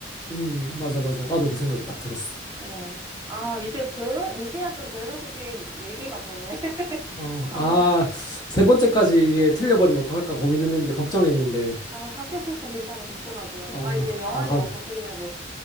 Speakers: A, on the left; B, on the right.
A: 음, 맞아, 맞아. 나도 그 생각이 딱 들었어.
B: 어. 아, 이제 밸런, 이제야 좀 밸런스 게임 얘기가 되네. <laughs>
A: 어,
B: 아.
A: 아, 세 번째까지 이게 틀려버리면 어떡할까 고민했는데, 걱정했는데.
B: 아, 합격했어. 괜찮아. 걱정하지 마.
A: 아,
B: 아, 이제 여한이
A: 아, 감,
B: 없어. 끝내도.